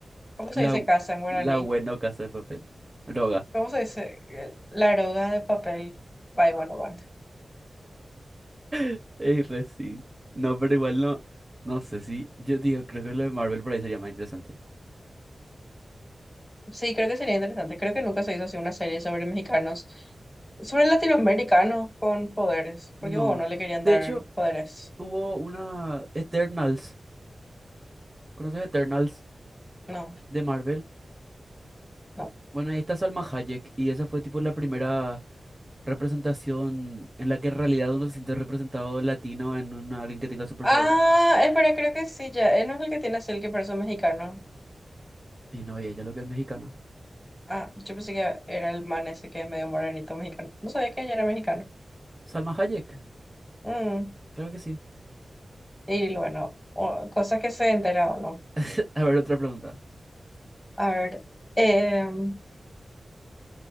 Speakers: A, on the left; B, on the right.
A: ¿Cómo
B: La,
A: se dice casa en guaraní?
B: la buena casa de papel. droga
A: ¿Cómo se dice? El- La aroga de papel by Bueno Bank.
B: <laughs> Ey, re sí. No, pero igual no. No sé si. Yo digo, creo que lo de Marvel por ahí sería más interesante.
A: Sí, creo que sería interesante. Creo que nunca se hizo así una serie sobre mexicanos, sobre latinoamericanos con poderes, porque
B: No.
A: bueno, no le querían
B: De
A: dar
B: hecho,
A: poderes.
B: hubo una Eternals. ¿Conoces Eternals
A: No,
B: de Marvel?
A: no.
B: Bueno, ahí está Salma Hayek. Y esa fue tipo la primera representación en la que en realidad uno se siente representado latino en una, alguien que tenga superpoderes.
A: Ah, espera, creo que sí, ya. eh, no es el que tiene así el que parece un mexicano.
B: Y no, y ella lo que es mexicana.
A: Ah, yo pensé que era el man ese que es medio morenito mexicano. No sabía que ella era mexicano.
B: Salma Hayek.
A: Mm,
B: Claro que sí.
A: Y bueno, o- cosas que se entera o no.
B: <laughs> A ver, otra pregunta.
A: A ver. em,